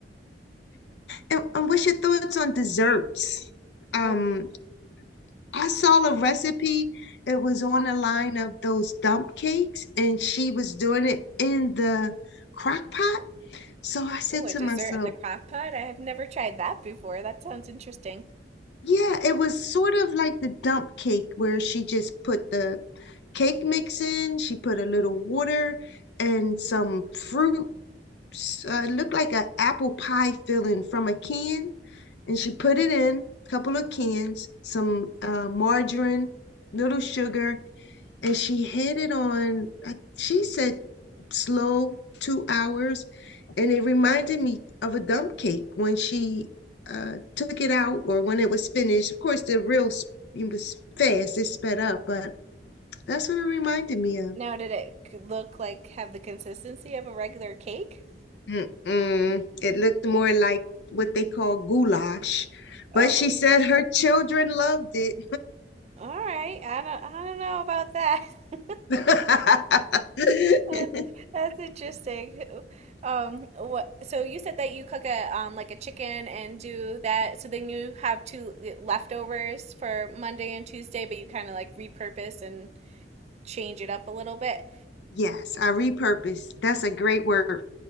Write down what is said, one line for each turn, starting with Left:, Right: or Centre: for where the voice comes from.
Left: And, and what's your thoughts on desserts? Um,
Right: Oh,
Left: I saw a recipe. It was on the line of those dump cakes, and she was doing it in the crock pot. So I said
Right: oh, a
Left: to
Right: dessert
Left: myself,
Right: in the crock pot. I have never tried that before. That sounds interesting.
Left: Yeah, it was sort of like the dump cake where she just put the cake mix in, she put a little water and some fruit. s- Uh, it looked like an apple pie filling from a can, and she put it in, a couple of cans, some uh, margarine, little sugar, and she had it on, she said slow two hours. And it reminded me of a dump cake when she uh, took it out or when it was finished. Of course, the real it was fast, it sped up, but that's what it reminded me of.
Right: Now, did it c- look like have the consistency of a regular cake?
Left: Mm-mm. It looked more like what they call goulash,
Right: Oh,
Left: but she
Right: okay.
Left: said her children loved it.
Right: All right. I don't I don't know about that. <laughs>
Left: <laughs>
Right: That's that's interesting. Um what so you said that you cook a um like a chicken and do that so then you have two eh, leftovers for Monday and Tuesday but you kind of like repurpose and change it up a little bit.
Left: Yes, I repurposed. That's a great word